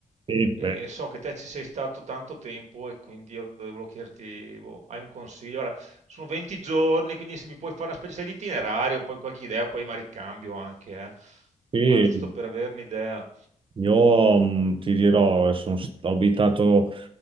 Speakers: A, on the right; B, on the right.
A: sì,
B: E
A: beh,
B: so che te ci sei stato tanto tempo e quindi io volevo chiederti, boh, hai un consiglio? Guarda, sono 20 giorni, quindi se mi puoi fare una specie sai, di itinerario, poi qualche idea, poi ma ricambio anche, eh.
A: sì,
B: Ma giusto per averne idea,
A: io mm, ti dirò, sono, st- ho abitato